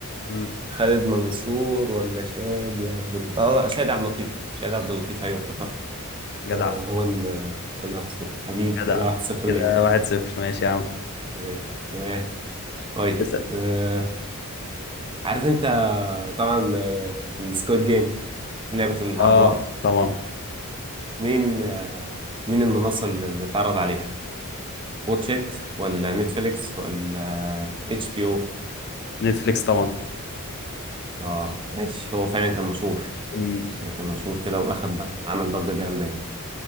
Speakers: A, on the left (about 50°); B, on the right (about 25°).
A: مم.
B: خالد منصور ولا شادي عبد ال... اه لا شادي عبد اللطيف شادي عبد اللطيف ايوه افتكرت
A: جدع
B: آه، هو ال هو الأنصار حبيب
A: جدع
B: كده واحد صفر
A: كده
B: ليا
A: واحد صفر ماشي يا عم
B: أيوة تمام طيب
A: اسال
B: آه، عارف أنت طبعا آه، السكواد جيم لعبة الحبار
A: اه طبعا
B: مين آه، مين المنصة اللي اللي اتعرض عليها واتش إت ولا نتفليكس ولا اتش بي او
A: نتفليكس طبعا
B: اه ماشي هو فعلا كان مشهور
A: مم.
B: يعني كان مشهور كده واخد عمل ضجة جامدة يعني